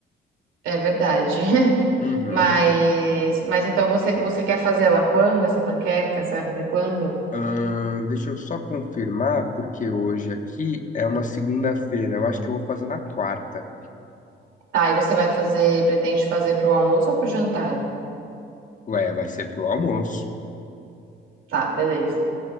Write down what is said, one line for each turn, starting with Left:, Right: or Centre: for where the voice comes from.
Right: É verdade. <laughs>
Left: Uhum.
Right: Mas mas então você você quer fazer ela quando essa panqueca? Você vai fazer quando?
Left: Ahn, deixa eu só confirmar, porque hoje aqui é uma segunda-feira. Eu acho que eu vou fazer na quarta.
Right: Tá, e você vai fazer, pretende fazer pro almoço ou pro jantar?
Left: Ué, vai ser pro almoço.
Right: Tá, beleza.